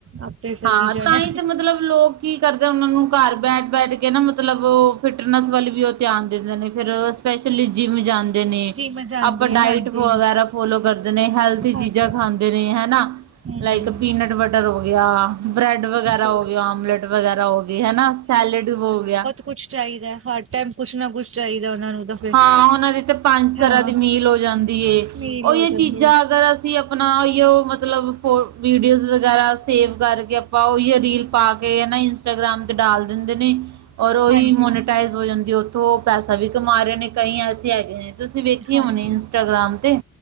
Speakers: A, on the right; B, on the right.
A: ਆਪੇ ਚੱਲੀ
B: ਹਾਂ
A: ਜਾਣਾ
B: ਤਾਂ ਹੀ ਤੇ ਮਤਲਬ ਲੋਕ ਕੀ ਕਰਦੇ ਉਹਨਾਂ ਨੂੰ। ਘਰ ਬੈਠ ਬੈਠ ਕੇ ਨਾ ਮਤਲਬ ਉਹ ਫਿਟਨੈਸ ਵੱਲ ਵੀ ਉਹ ਧਿਆਨ ਦਿੰਦੇ ਨੇ ਫਿਰ। ਫੇਰ ਜਿੰਮ ਜਾਂਦੇ ਨੇ,
A: ਜਿਮ ਜਾਂਦੇ
B: ਆਪਾਂ ਡਾਇਟ
A: ਆ ਹਾਂਜੀ
B: ਵਗੈਰਾ। ਫੋਲੋ ਕਰਦੇ ਨੇ ਹੈਲਥੀ
A: ਹਾਂਜੀ
B: ਚੀਜ਼ਾਂ ਖਾਂਦੇ ਨੇ ਹਨਾ,
A: ਹਮ
B: ਲਾਈਕ ਪੀਨਟ ਬਟਰ ਹੋ ਗਿਆ। ਬ੍ਰੈਡ ਵਗੈਰਾ
A: ਹੋਰ
B: ਹੋ ਗਿਆ, ਆਮਲੇਟ ਵਗੈਰਾ ਹੋ ਗਏ ਹਨਾ, ਸੈਲਡ ਹੋ ਗਿਆ।
A: ਕੁੱਛ ਚਾਹੀਦਾ ਹੈ। ਹਰ ਟਾਈਮ ਕੁਛ ਨਾ ਕੁਛ ਚਾਹੀਦਾ ਉਹਨਾਂ ਨੂੰ ਤਾਂ। ਫਿਰ
B: ਹਾਂ ਉਹਨਾਂ ਦੀ ਤੇ ਪੰਜ
A: ਹਾਂ
B: ਤਰ੍ਹਾਂ ਦੀ ਮੀਲ ਹੋ ਜਾਂਦੀ ਏ,
A: ਨੀਲ
B: ਉਹੀ
A: ਹੋ
B: ਇਹ
A: ਜਾਂਦੇ
B: ਚੀਜ਼ਾਂ ਅਗਰ। ਅਸੀਂ ਆਪਣਾ ਉਹੋ ਮਤਲਬ ਫੋਨ ਵੀਡੀਓ ਵਗੈਰਾ ਸੇਵ ਕਰਕੇ। ਪਾਉ ਜਾਂ ਰੀਲ ਪਾ ਕੇ ਹਨਾ ਇੰਸਟਾਗ੍ਰਾਮ ਤੇ ਡਾਲ ਦਿੰਦੇ ਨੇ। ਔਰ ਉਹੀ
A: ਹਾਂਜੀ
B: ਮੋਨੀਟਾਈਜ਼ ਹੋ ਜਾਂਦੀ। ਉਥੋਂ ਪੈਸਾ ਵੀ ਕਮਾ ਰਹੇ ਨੇ ਕਈ ਐਸੇ ਹੈਗੇ ਨੇ ਤੁਸੀਂ ਵੇਖੇ
A: ਹਾਂਜੀ
B: ਹੋਣੇ ਇੰਸਟਾਗ੍ਰਾਮ ਤੇ।